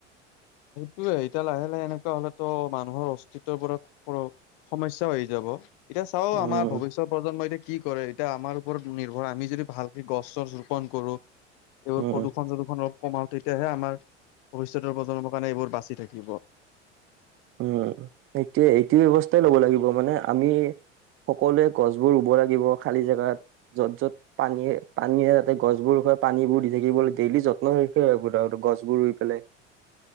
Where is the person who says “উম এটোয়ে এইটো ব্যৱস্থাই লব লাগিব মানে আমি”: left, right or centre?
Right